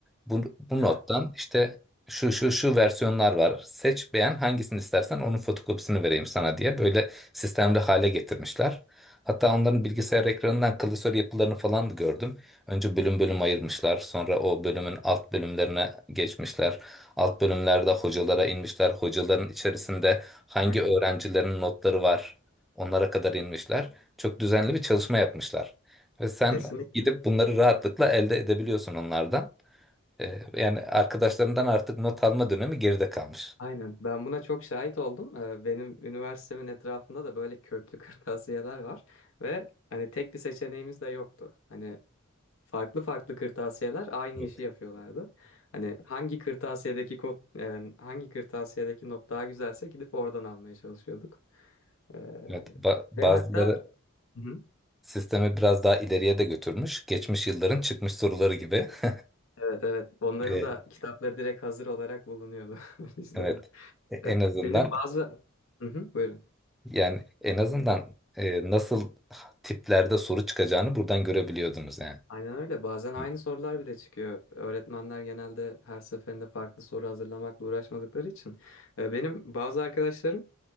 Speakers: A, in the centre; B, on the left.
A: Bu, bu
B: Evet.
A: nottan işte şu şu şu versiyonlar var. Seç beğen hangisini istersen onun fotokopisini vereyim sana diye böyle sistemli hale getirmişler. Hatta onların bilgisayar ekranından klasör yapılarını falan da gördüm. Önce bölüm bölüm ayırmışlar. Sonra o bölümün
B: Hı hı.
A: alt bölümlerine geçmişler. Alt bölümlerde hocalara inmişler. Hocaların içerisinde hangi
B: Aynen.
A: öğrencilerin notları var onlara kadar inmişler. Çok düzenli bir çalışma yapmışlar. Ve sen
B: Kesinlikle.
A: gidip bunları rahatlıkla elde edebiliyorsun onlardan. Ee, yani arkadaşlarından artık not alma dönemi geride kalmış.
B: Aynen. Ben buna çok şahit oldum. Ee, Benim üniversitemin etrafında da böyle köklü <laughs> kırtasiyeler var ve hani tek bir seçeneğimiz de yoktu. Hani farklı farklı kırtasiyeler aynı
A: Evet.
B: işi yapıyorlardı. Hani hangi kırtasiyedeki kod, e, hangi kırtasiyedeki not daha güzelse gidip oradan almaya çalışıyorduk. E,
A: Evet, ba- bazıları
B: ve hatta Hı hı.
A: sistemi biraz daha ileriye de götürmüş. Geçmiş yılların çıkmış soruları gibi. <laughs>
B: evet evet onların
A: Ee,
B: da kitapları direkt hazır olarak bulunuyordu <laughs> bizde
A: Evet.
B: de.
A: E- En
B: E,
A: azından
B: benim bazı Hı hı, buyurun.
A: yani en azından e, nasıl tiplerde soru çıkacağını buradan görebiliyordunuz yani.
B: Aynen öyle. Bazen aynı
A: Evet,
B: sorular bile çıkıyor. Öğretmenler genelde her seferinde farklı soru hazırlamakla uğraşmadıkları için. E, Benim bazı arkadaşlarım